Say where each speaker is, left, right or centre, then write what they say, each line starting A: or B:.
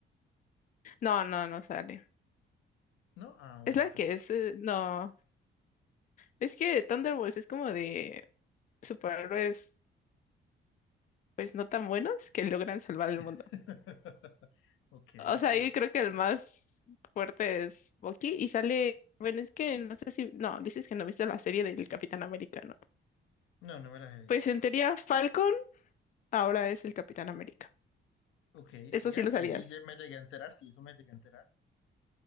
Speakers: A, on the left (about 40°); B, on the left (about 85°).
A: No, no, no sale.
B: ¿no? Ah, bueno,
A: Es la
B: entonces.
A: que es. eh, No. Es que Thunderbolts es como de superhéroes, pues no tan buenos que logran salvar el mundo.
B: <laughs> Ok,
A: O
B: ok.
A: sea, yo creo que el más fuerte es Bucky y sale. Bueno, es que no sé si. No, dices que no viste la serie del Capitán Americano.
B: No, no me las he visto.
A: Pues en teoría, Falcon. ahora es el Capitán América.
B: Ok,
A: Eso
B: sí,
A: sí
B: hasta
A: lo sabías.
B: ahí sí lle- me llegué a enterar, sí, eso me llegué a enterar.